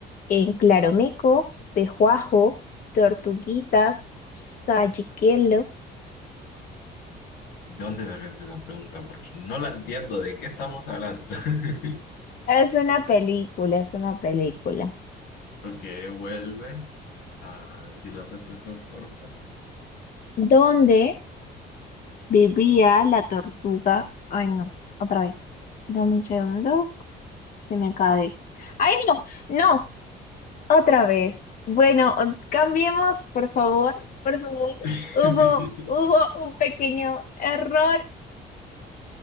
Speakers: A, on the left (about 50°); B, on the left (about 80°).
A: En Claromeco, Pejuajo, Tortuguitas, Sayiquelo.
B: ¿De dónde sacaste esa pregunta? Porque no la entiendo. ¿De qué estamos hablando? <laughs>
A: Es una película, es una película.
B: Ok, vuelve. Ah, sí, las respuestas, porfa.
A: ¿Dónde vivía la tortuga? Ay, no, otra vez. Dame un segundo, se me acaba de... ¡Ay, no! ¡No! Otra vez. Bueno, o- cambiemos, por favor, por favor.
B: <laughs>
A: Hubo, hubo un pequeño error.